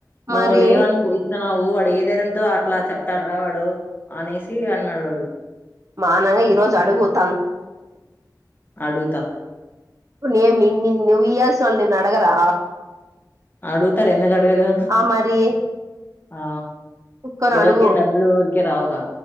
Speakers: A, on the right; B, on the left.
A: మరి
B: నువ్వు లేవని ఇస్తా న్నావు వాడు ఏ ధర్రంతో అట్లా చెప్తాడ రా వాడు అనేసి అన్నాడు వాడు
A: మానగా ఈ రోజు అడుగుత
B: అడుగుతా
A: న ఏమిని నుయయస్ల్ నకురా
B: అడుగుతారు ఎందు కడు వరు
A: ఆ మరి
B: ఆ
A: కుక్కని
B: ఎవరికే
A: అడుగు
B: డబ్బులు ఊరికే రావుగా